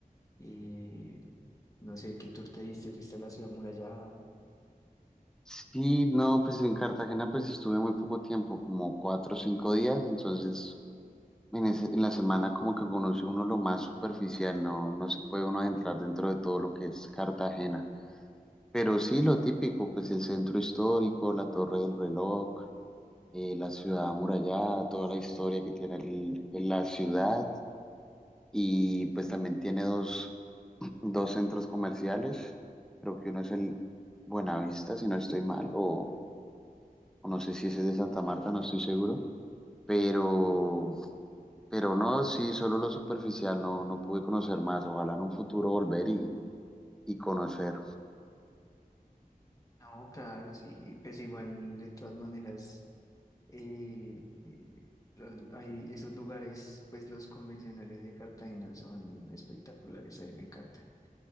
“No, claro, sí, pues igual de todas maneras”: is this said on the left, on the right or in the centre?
Left